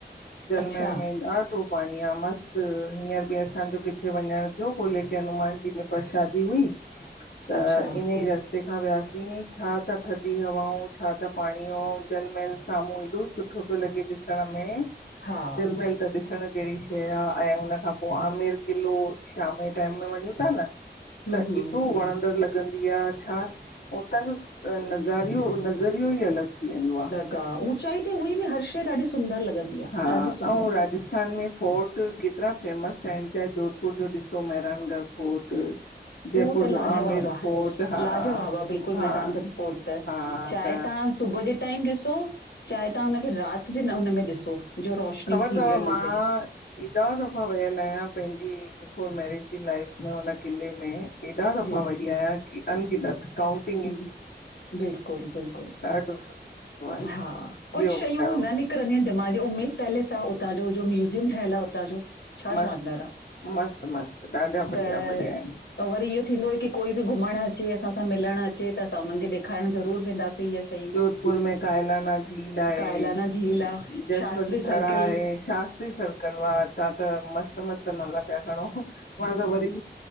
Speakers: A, on the left; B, on the left.
A: जलमल
B: अच्छा
A: में, यार ॾाढो पाणी आ मस्तु, हींअर बि असांजो किथे वञणु थियो खोले के हनुमान जी में पर्रसादी हुई। त,
B: अच्छा
A: इन ई रस्ते ते खां वियासीं, छा त थदी हवाऊं, छा त पाणी हो जलमल साम्हूं एॾो सुठो पियो लॻे ॾिसण में,
B: हा
A: जलमहल त ॾिसण जहिड़ी शै आ, ऐं हुन खां पो आमेर किलो, शाम जे टाइम में वंञू था न,
B: हम्म
A: त
B: हम्म
A: एॾो वणंदड़ लॻे छा उतां, जो नज़ारियो नज़रियो ई अलॻि थी वेंदो आ।
B: का, ऊचाई ते ऊअंई बि हर शै ॾाढी सुंदर लॻंदी आ,
A: हा
B: ॾाढी सुंदर।
A: ऐं राजस्थान में फोर्ट, केतिरा फेमस आहिन, चाहे जोधपुर जो ॾिसो मैरानगढ़ फोर्ट। जयपुर
B: उहो त
A: जो
B: लाजवाब
A: आमेर
B: आ,
A: फोर्ट हा
B: लाजवाब आ, बिल्कुलु
A: हा
B: मेरानगंज फोर्ट त,
A: हा
B: चाहे
A: त
B: तहां सुबुह जी टाइम ॾिसो, चाहे तहां हुनखे राति जे न हुनम में ॾिसो जो रोशनियूं
A: ख़बर
B: थींदियूं
A: अथव
B: आहिन
A: मां
B: हुते।
A: एॾा दफ़ा वियल आहियांपंहिंजी बिफोर मैरिज जी लाइफ में हुन किले में ऐॾा दफ़ा
B: जी
A: वई आयां कि अनगिनत। काउंटिंग
B: हम्म, बिल्कुलु बिल्कुलु,
A: ॾाढो सुठो आहे
B: हा कुछ
A: ॿियो
B: शयूं
A: ॿुधायो
B: न निक रंदी आ उतां जी, उमेद पैलेस आ उतां जो, म्यूज़ियम ठहियल आ हुतां जो, छा
A: मस्तु
B: शानदार आ
A: मस्तु मस्तु ॾाढा बढ़िया
B: त
A: बढ़िया आहिनि
B: ऐं वरी इहो थींदो हु ओ कोई बि घुमण अचे, असां सां मिलण अचे त असां हुननि खे ॾेखारण ज़रूरु वेंदासीं इहा शै
A: जोधपुर में कायलाना झील आहे
B: कायलाना झील आ
A: जसवंत
B: शास्त्री सर्किल
A: थरा आहे, शास्त्री सरक कलवां, तां त मस्त- मस्त नाला पिया खणो मां त वरी